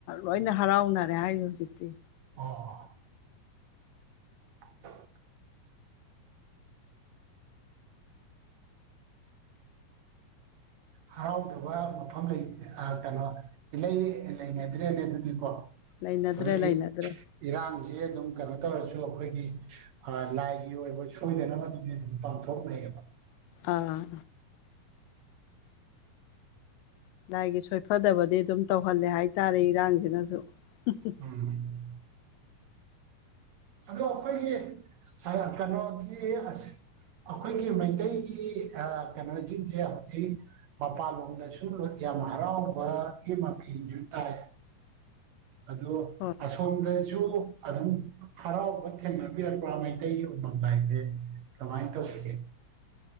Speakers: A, on the left (about 85°); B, on the right (about 75°).
A: ꯂꯣꯏꯅ ꯍꯔꯥꯎꯅꯔꯦ ꯍꯥꯏ ꯍꯧꯖꯤꯛꯇꯤ꯫
B: ꯑꯣ꯫ <unintelligible> ꯍꯔꯥꯎꯗꯕ ꯃꯐꯝ ꯂꯩꯇꯦ ꯀꯩꯅꯣ꯫ ꯏꯂꯩ ꯂꯩꯅꯗ꯭ꯔꯦꯅꯦ ꯑꯗꯨꯗꯤꯀꯣ <unintelligible>
A: ꯂꯩꯅꯗ꯭ꯔꯦ ꯂꯩꯅꯗ꯭ꯔꯦ
B: ꯏꯔꯥꯡꯖꯦ ꯑꯗꯨꯝ ꯀꯩꯅꯣ ꯇꯧꯔꯖꯨ ꯑꯩꯈꯣꯏꯒꯤ꯫ ꯂꯥꯏꯒꯤ ꯑꯣꯏꯕ ꯁꯣꯏꯗꯅꯕꯗꯨꯗꯤ ꯑꯗꯨꯝ ꯄꯥꯡꯊꯣꯛꯅꯩꯕ꯫
A: ꯑꯥ꯫ ꯂꯥꯏꯒꯤ ꯁꯣꯏꯐꯗꯕꯗꯤ ꯑꯗꯨꯝ ꯇꯧꯍꯜꯂꯦ ꯍꯥꯏꯇꯥꯔꯦ ꯏꯔꯥꯡꯖꯤꯅꯖꯨ꯫ <inaudible>
B: ꯎꯝ ꯑꯗꯣ ꯑꯩꯈꯣꯏꯒꯤ ꯀꯩꯅꯣꯗꯤ ꯑꯁ ꯑꯩꯈꯣꯏꯒꯤ ꯃꯩꯇꯩꯒꯤ ꯑꯥ ꯀꯩꯅꯣꯁꯤꯡꯖꯦ ꯍꯧꯖꯤꯛ ꯃꯄꯥꯟꯂꯣꯝꯗꯁꯨ ꯌꯥꯝ ꯍꯔꯥꯎꯕꯒꯤ ꯃꯤꯁꯨ ꯇꯥꯏ ꯑꯗꯣ
A: ꯍꯣꯏ
B: ꯑꯁꯣꯝꯗꯖꯨ꯫ ꯑꯗꯨꯝ ꯍꯔꯥꯎꯕ ꯊꯦꯡꯅꯕꯤꯔꯛꯄ꯭ꯔꯥ ꯃꯩꯇꯩꯒꯤ ꯎꯃꯪ ꯂꯥꯏꯁꯦ ꯀꯃꯥꯏ ꯇꯧꯖꯤꯒꯦ꯫